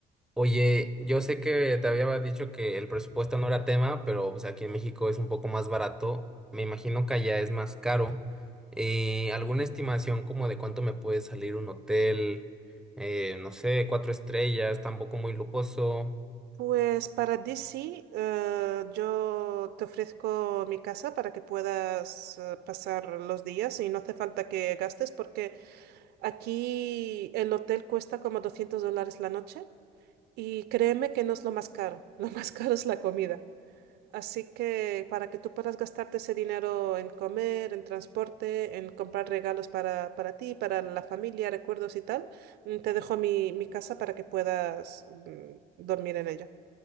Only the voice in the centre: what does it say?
Oye, yo sé que te había dicho que el presupuesto no era tema, pero pues aquí en México es un poco más barato. Me imagino que allá es más caro. Eh, ¿alguna estimación como de cuánto me puede salir un hotel? Eh, no sé, cuatro estrellas, tampoco muy lujoso.